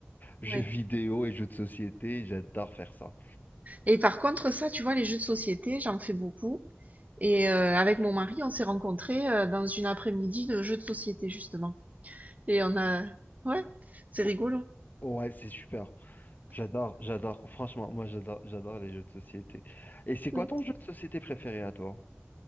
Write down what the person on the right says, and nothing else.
Ouais.
Et par contre, ça, tu vois, les jeux de société, j'en fais beaucoup. Et euh, avec mon mari, on s'est rencontrés euh, dans une après-midi de jeux de société, justement. Et on a... Ouais, c'est rigolo.
Oui.